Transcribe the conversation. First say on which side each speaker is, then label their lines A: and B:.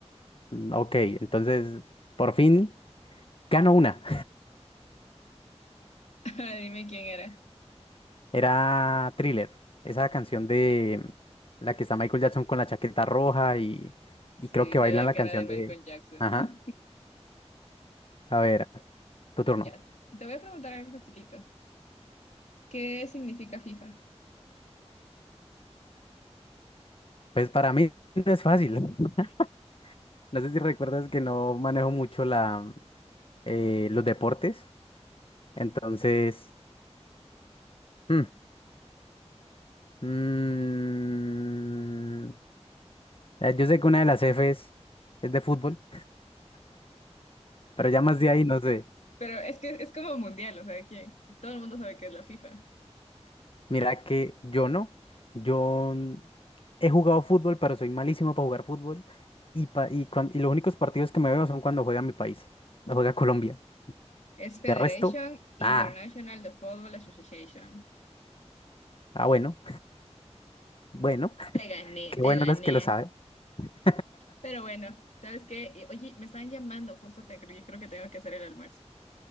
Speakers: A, on the left; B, on the left.
A: Mm, Ok, entonces por fin gano una.
B: <laughs> Ahora dime quién era.
A: <laughs> Era Thriller, esa canción de la que está Michael Jackson con la chaqueta roja y, y
B: Sí,
A: creo que
B: sabía
A: bailan la
B: que
A: canción
B: era de Michael
A: de...
B: Jackson.
A: Ajá,
B: <laughs>
A: a ver, tu turno.
B: Ya, te voy a preguntar algo facilito. ¿Qué significa FIFA?
A: Pues para mí no es fácil. <laughs> No sé si recuerdas que no manejo mucho la, eh, los deportes. Entonces... mm, Mm, Eh, Yo sé que una de las F es, es de fútbol, pero ya más de ahí no sé.
B: Pero es que es como mundial, o sea, que todo el mundo sabe que es la FIFA.
A: Mira que yo no. Yo n- he jugado fútbol, pero soy malísimo para jugar fútbol. Y, pa- y, cuan- y los únicos partidos que me veo son cuando juega mi país, no juega Colombia.
B: Es Federation
A: De resto,
B: International
A: ah,
B: de Football Association.
A: ah, bueno, bueno, <laughs>
B: Te gané,
A: qué
B: te
A: bueno
B: gané.
A: los que lo saben. <laughs>
B: Pero bueno, ¿sabes qué? Y, Oye, me están llamando, justo te creo que tengo que hacer el almuerzo.